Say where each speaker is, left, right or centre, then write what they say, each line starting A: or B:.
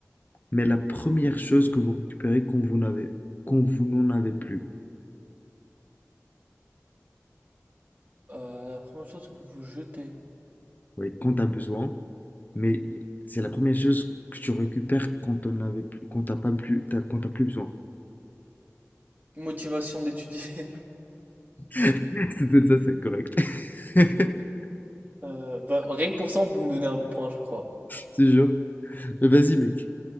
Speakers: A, on the left; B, on the right.
A: Mais la première chose que vous récupérez quand vous n'avez, quand vous n'en avez plus.
B: Euh, la première chose que vous jetez.
A: Oui, quand tu as besoin, mais c'est la première chose que tu récupères quand on avait plus, quand t'as pas plus, t'as- quand t'as plus besoin.
B: Motivation d'étudier.
A: <laughs> C'est tout ça, c'est correct. <laughs>
B: Euh, bah, rien que pour ça, on peut me donner un point, je crois.
A: C'est sûr. Mais vas-y, mec,